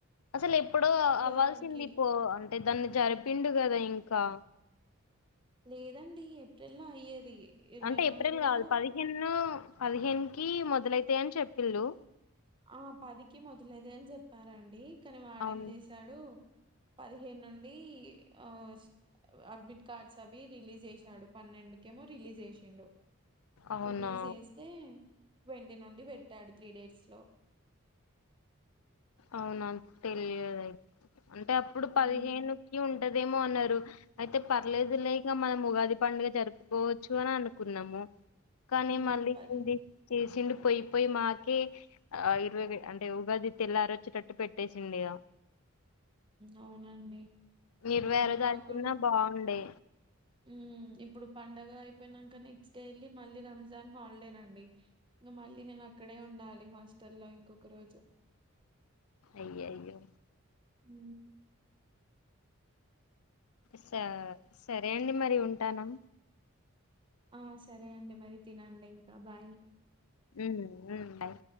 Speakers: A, on the left (about 85°); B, on the right (about 20°).
A: అసలు ఇప్పుడు
B: ఇగ
A: అవ్వాల్సింది
B: వాడికి
A: పో అంట అతే దాన్ని జరిపిండు కదా ఇంకా.
B: లేదండి ఏప్రిల్ లో అయ్యేది ఇరవై
A: అంటే
B: నాలుగులో
A: ఏప్రిల్ కావాలి పదిహేను పదిహేనుకి మొదలైతాయని చెప్పిళ్లు
B: ఆ పదికి మొదలేద అని చెప్పారండి. కాని వాడేం
A: అవును
B: చేశాడు. పదిహేను నుండి ఆ అడ్మిట్ కార్డ్స్ అవి రిలీజ్ చేసాడు పన్నెండుకేమో రిలీజ్ చేసిండు.
A: అవునా
B: రిలీజ్ చేస్తే ట్వంటీ నుండి పెట్ తాడు త్రీ డేస్ లో
A: అవునా తెలియదుయితే అంటే అప్పుడు పదిహేనుకి
B: ఉమ్
A: ఉంట ఉంటదేమో అన్నారు. అయితే పర్లేదులే ఇక మనం ఉగాది పండుగ జరుపుకోవచ్చు అని అనుకున్నాము. కానీ
B: ఉమ్
A: మళ్ళీ
B: పది
A: చేసిండు పోయిపోయి మాకె ఆయుర్వేది అంటే ఉగాది తెల్లారి వచ్చేటట్టు పెట్టేసిండడిగా
B: అవునండి
A: ఇరవై
B: ఎట్
A: ఆరో తారీకున్న
B: కాకుండా
A: బాగుండే
B: ఊ ఇప్పుడు పండగ అయిపోయినాక నెక్స్ట్ డే వెల్లి మళ్ళీ రంజాన్ హాలిడేనండి, ఇంక మళ్ళీ నేను అక్కడే ఉండాలి హాస్టల్ల్లో ఇంకొక రోజు.
A: అయ్యోయ్యో
B: ఊ
A: స సరే అండి మరి ఉంటాను.
B: ఆ సరే అండి మరి తినండి ఇంకా బాయ్
A: ఊ ఊ ఉండాయి